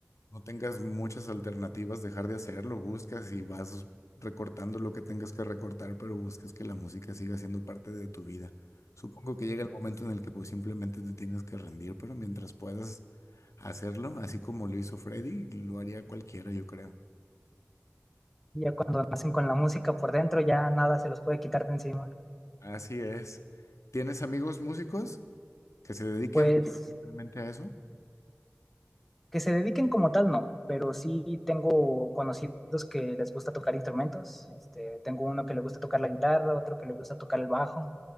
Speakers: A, on the left; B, in the centre.
A: no tengas muchas alternativas, dejar de hacerlo, buscas y vas recortando lo que tengas que recortar, pero buscas que la música siga siendo parte de tu vida. Supongo que llega el momento en el que pues simplemente te tienes que rendir, pero mientras puedas hacerlo, así como lo hizo Freddy, lo haría cualquiera, yo creo.
B: Y Ya cuando nacen con la música por dentro, ya nada se los puede quitar de encima.
A: Así es. ¿Tienes amigos músicos que se dediquen
B: Pues
A: realmente a eso?
B: que se dediquen como tal, no, pero sí tengo conocidos que les gusta tocar instrumentos. Este, tengo uno que le gusta tocar la guitarra, otro que le gusta tocar el bajo.